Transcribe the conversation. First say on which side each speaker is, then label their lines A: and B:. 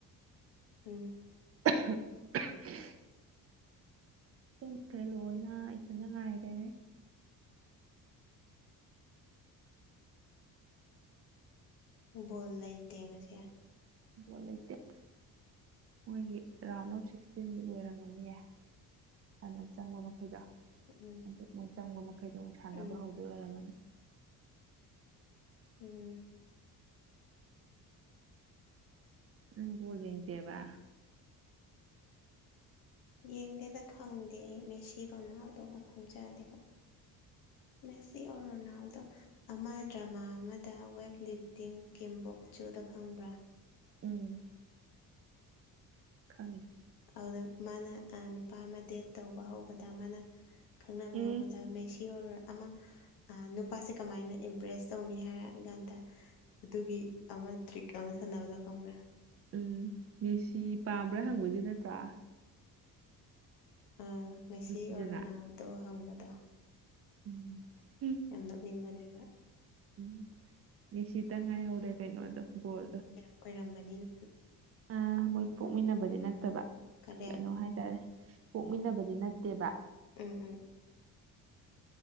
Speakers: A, on the left (about 80°); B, on the right (about 40°).
A: ꯎꯝ
B: <inaudible> ꯆꯨꯝꯈ꯭ꯔꯦ ꯂꯣꯏꯅ ꯏꯆꯗ ꯉꯥꯏꯔꯦ
A: ꯕꯣꯜ ꯂꯩꯇꯦ ꯉꯁꯤ
B: <inaudible> ꯃꯣꯏꯒꯤ ꯔꯥꯎꯟ ꯑꯣꯐ ꯁꯤꯛꯁꯇꯤꯟꯗꯤ ꯂꯣꯏꯔꯝꯃꯅꯤꯌꯦ ꯍꯥꯟꯅ ꯆꯪꯕ ꯃꯈꯩꯗꯣ
A: ꯎꯝ
B: ꯑꯗꯨꯛ ꯑꯃꯨꯛ ꯆꯪꯝꯕ ꯃꯈꯩꯗꯣ ꯑꯃꯨꯛ ꯁꯥꯟꯅꯕ
A: ꯎꯝ
B: ꯍꯧꯗ ꯑꯣꯏꯔꯝꯃꯅꯤ
A: ꯎꯝ
B: ꯅꯪ ꯕ‌ꯣꯜ ꯌ‌ꯦꯡ ꯗꯦꯕ
A: ꯌꯦꯡꯗꯦꯗ ꯈꯪꯗꯦ ꯑꯩ ꯃꯦꯁꯤ ꯔꯣꯅꯥꯜꯗ‌ꯣꯒ ꯈꯪꯖꯗꯦ ꯈ‌ꯣꯏ ꯃꯦꯁꯤ ꯑꯣꯔ ꯔꯣꯅꯥꯜꯗꯣ ꯑꯃ ꯗ꯭ꯔꯃꯥ ꯑꯃꯗ ꯋꯦꯠ ꯂꯤꯞꯇꯤꯡ ꯀꯤꯝꯕꯣꯛ ꯆꯨꯗ ꯈꯪꯕ꯭ꯔꯥ
B: ꯎꯝ ꯈꯪꯉꯤ
A: ꯑꯗꯨꯗ ꯃꯥꯅ ꯅꯨꯄꯥ ꯑꯃ ꯗꯦꯠ ꯇꯧꯕ ꯍꯧꯕꯗ ꯃꯥꯅ ꯈꯪꯅꯕ
B: ꯎꯝ
A: ꯍꯧꯕꯗ ꯃꯦꯁꯤ ꯑꯣꯔ ꯑꯃ ꯅꯨꯄꯥꯁꯦ ꯀꯃꯥꯏꯅ ꯏꯝꯄ꯭ꯔꯦꯁ ꯇꯧꯅꯤ ꯍꯥꯏꯔ ꯀꯥꯟꯗ ꯑꯗꯨꯒꯤ ꯑꯃ ꯇ꯭ꯔꯤꯛ ꯑꯃ ꯁꯥꯟꯅꯕꯗꯣ ꯈꯪꯕ꯭ꯔꯥ
B: ꯎꯝ ꯃꯦꯁꯤ ꯄꯥꯝꯕ꯭ꯔꯥ ꯍꯪꯕꯩꯗꯨ ꯅꯠꯇ꯭ꯔꯥ
A: ꯑꯥ ꯃ‌ꯦꯁꯤ
B: ꯑꯗꯨꯅ
A: ꯑꯣꯔ ꯔꯣꯅꯥꯜꯗꯣ ꯍꯪꯕꯗꯣ
B: ꯎꯝ ꯎꯝ
A: ꯌꯥꯝ ꯅꯣꯛꯅꯤꯡꯕꯅꯦ ꯍꯥꯏꯕ
B: ꯎꯝ ꯃ‌ꯦꯁꯤ ꯇꯪ ꯉꯥꯏꯍꯧꯔꯦ ꯀꯩꯅꯣꯗꯣ ꯕꯣꯜꯗꯣ
A: ꯑꯣꯏꯔꯝꯕꯅꯤ
B: ꯑ ꯃꯣꯏ ꯄꯣꯛꯃꯤꯟꯅꯕꯗꯤ ꯅꯠꯇꯕ
A: ꯀꯔꯦ
B: ꯀꯩꯅꯣ ꯍꯥꯏꯇꯥꯔꯦ ꯄ‌ꯣꯛꯃꯤꯟꯅꯕꯗꯤ ꯅꯠꯇꯦꯕ
A: ꯎꯝ ꯎꯝ